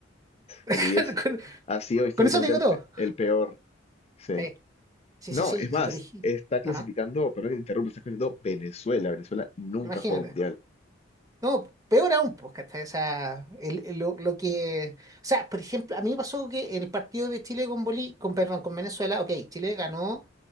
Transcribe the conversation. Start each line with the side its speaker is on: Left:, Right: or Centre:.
Right: <laughs>
Left: Bolivia es-
Right: Con,
Left: ha sido históricamente
Right: con eso te digo
Left: el,
Right: todo.
Left: pe- el peor. Sí.
Right: Sí, sí,
Left: No,
Right: sí, sí.
Left: es más,
Right: Y por ejemplo,
Left: está clasificando,
Right: ajá,
Left: perdón que te interrumpa, está clasificando Venezuela. Venezuela nunca
Right: imagínate.
Left: juega mundial.
Right: No, peor aún, pues, ¿cachai? O sea, el- el- lo, lo que. O sea, por ejemplo, a mí me pasó que en el partido de Chile con Bolí, con, perdón, con Venezuela, ok, Chile ganó